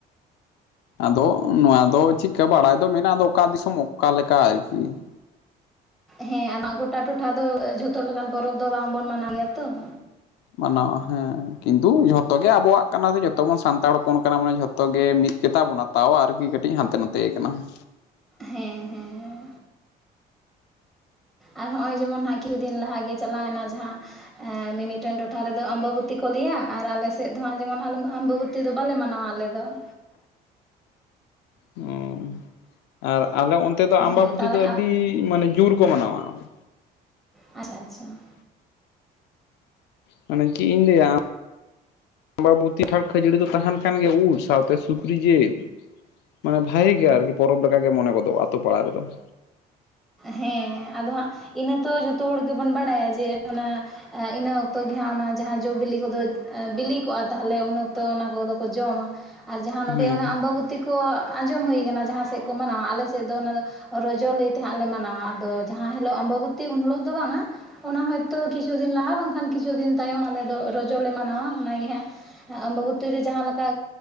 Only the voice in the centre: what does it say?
ᱦᱮᱸ ᱟᱢᱟᱜ ᱜᱚᱴᱟ ᱴᱚᱴᱷᱟ ᱫᱚ ᱡᱷᱚᱛᱚ ᱞᱮᱠᱟᱱ ᱯᱚᱨᱚᱵᱽ ᱫᱚ ᱵᱟᱝ ᱵᱚᱱ ᱢᱟᱱᱟᱣ ᱜᱮᱭᱟ ᱛᱚ ᱾
ᱦᱮᱸ ᱦᱮᱸ, ᱟᱨ ᱦᱚᱜᱼᱚᱭ ᱡᱮᱢᱚᱱ ᱦᱟᱸᱜ ᱠᱤᱪᱷᱩ ᱫᱤᱱ ᱞᱟᱦᱟ ᱜᱮ ᱪᱟᱞᱟᱣᱮᱱᱟ ᱡᱟᱦᱟᱸ ᱢᱤ-ᱢᱤᱫᱴᱮᱱ ᱴᱚᱴᱷᱟ ᱨᱮᱫᱚ ᱟᱢᱵᱟᱵᱚᱛᱤ ᱠᱚ ᱞᱟᱹᱭᱟ ᱟᱨ ᱟᱞᱮᱥᱮᱫ ᱫᱚ ᱦᱟᱜᱸ ᱡᱮᱢᱚᱱ ᱟᱢᱵᱟᱵᱚᱛᱤ ᱫᱚ ᱵᱟᱞᱮ ᱢᱟᱱᱟᱣᱟ ᱟᱞᱮ ᱫᱚ ᱾
ᱦᱮᱸ ᱛᱟᱦᱚᱞᱮ
ᱟᱯ
ᱟᱪᱪᱷᱟ ᱟᱪᱪᱷᱟ ᱾
ᱦᱮᱸ ᱟᱫᱚ ᱦᱟᱸᱜ ᱤᱱᱟᱹ ᱛᱚ ᱡᱚᱛᱚ ᱦᱚᱲ ᱜᱮᱵᱚᱱ ᱵᱟᱲᱟᱭᱟ ᱡᱮ ᱚᱱᱟ ᱤᱱᱟᱹ ᱚᱠᱛᱚ ᱜᱮ ᱦᱟᱸᱜ ᱚᱱᱟ ᱡᱟᱦᱟᱸ ᱡᱚ ᱵᱤᱞᱤ ᱠᱚᱫᱚ ᱵᱤᱞᱤ ᱠᱚᱜᱼᱟ ᱛᱟᱦᱞᱮ ᱩᱱ ᱚᱠᱛᱚ ᱚᱱᱟ ᱠᱚᱫᱚ ᱠᱚ ᱡᱚᱢᱟ ᱾ ᱟᱨ ᱡᱟᱦᱟᱸ
ᱱᱚᱰᱮ ᱚᱱᱟ ᱟᱢᱵᱟᱵᱚᱛ ᱵᱩᱛᱤ ᱠᱚ ᱟᱸᱡᱚᱢ ᱦᱩᱭ ᱟᱠᱟᱱᱟ ᱡᱟᱦᱟᱸ ᱥᱮᱫ ᱠᱚ ᱢᱟᱱᱟᱣᱟ ᱟᱞᱮ ᱥᱮᱫ ᱫᱚ ᱚᱱᱟ ᱫᱚ ᱨᱚᱡᱚ ᱞᱟᱹᱭ ᱦᱟᱸᱜ ᱞᱮ ᱢᱟᱱᱟᱣᱟ ᱟᱫᱚ ᱡᱟᱦᱟᱸ ᱦᱤᱞᱳᱜ ᱟᱢᱵᱟᱵᱚᱛᱤ ᱩᱱ ᱦᱤᱞᱳᱜ ᱫᱚ ᱵᱟᱝᱟ ᱾ ᱚᱱᱟ ᱦᱚᱭᱛᱳ ᱠᱤᱪᱷᱩ ᱫᱤᱱ ᱞᱟᱦᱟ ᱵᱟᱝᱠᱷᱟᱱ ᱠᱤᱪᱷᱩ ᱫᱤᱱ ᱛᱟᱭᱚᱢ ᱟᱞᱮ ᱫᱚ ᱨᱚᱡᱚ ᱞᱮ ᱢᱟᱱᱟᱣᱟ ᱚᱱᱟ ᱜᱮ ᱦᱟᱸᱜ ᱟᱢᱵᱟᱹᱵᱚᱛᱤ ᱫᱚ ᱡᱟᱦᱟ ᱞᱮᱠᱟ